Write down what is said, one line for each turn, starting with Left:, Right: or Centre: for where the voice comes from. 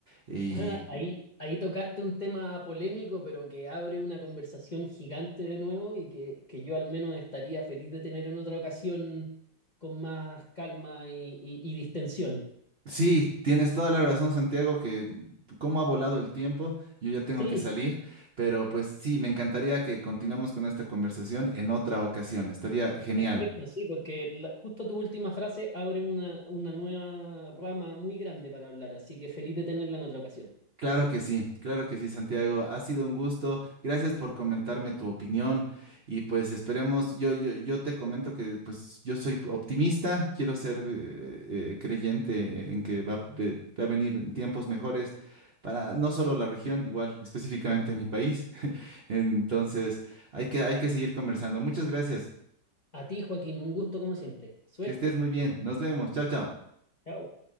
Right: Y
Left: <laughs> Ahí, ahí tocaste un tema polémico, pero que abre una conversación gigante de nuevo y que, que yo al menos estaría feliz de tener en otra ocasión con más calma y, y- y distensión.
Right: sí, tienes toda la razón, Santiago, que cómo ha volado el tiempo, yo ya tengo
Left: Sí,
Right: que salir, pero pues sí, me encantaría que continuemos con esta conversación en otra ocasión, estaría genial.
Left: perfecto, sí, porque la- justo tu última frase abre una, una nueva rama muy grande para hablar, así que feliz de tenerla en otra ocasión.
Right: Claro que sí, claro que sí, Santiago. Ha sido un gusto. Gracias por comentarme tu opinión y pues esperemos, yo, yo, yo te comento que pues yo soy optimista, quiero ser eh, eh, creyente en que va, ve- va a venir tiempos mejores para no solo la región, igual específicamente mi país. Entonces hay que, hay que seguir conversando. Muchas gracias,
Left: A ti, Joaquín, un gusto como siempre. Suerte.
Right: que estés muy bien. Nos vemos. Chao, chao.
Left: Chao.